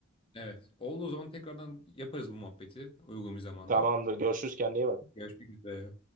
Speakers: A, on the left (about 25°); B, on the right (about 40°).
A: evet. Oldu o zaman tekrardan yaparız bu muhabbeti uygun bir zamanda.
B: Tamamdır, görüşürüz kendine iyi bak.
A: Görüşmek üzere.